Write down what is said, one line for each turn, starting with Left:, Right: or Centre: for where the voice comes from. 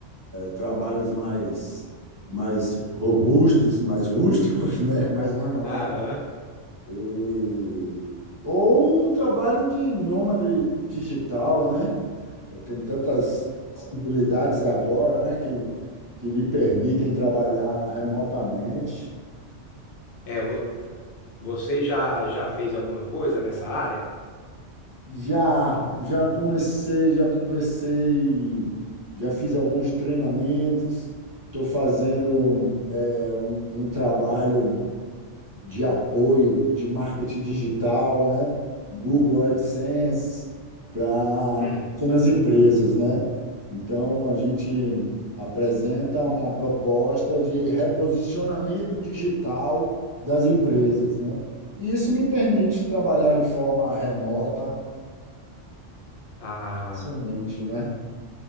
Right: trabalhos mais, mais robustos, mais rústicos, <laughs> né? mais manuais.
Left: Aham.
Right: E... Ou o trabalho de nômade digital, né? Tem tantas possibilidades agora, né, que, que lhe permitem trabalhar remotamente.
Left: É, vo- você já já fez alguma coisa nessa área?
Right: Já, já comecei, já conversei, já fiz alguns treinamentos. Estou fazendo eh, um, um trabalho de apoio de marketing digital, né? Google AdSense para
Left: Hum.
Right: pequenas empresas, né? Então, a gente apresenta uma proposta de reposicionamento digital das empresas, né? E isso me permite trabalhar de forma remota,
Left: Ah,
Right: somente, né?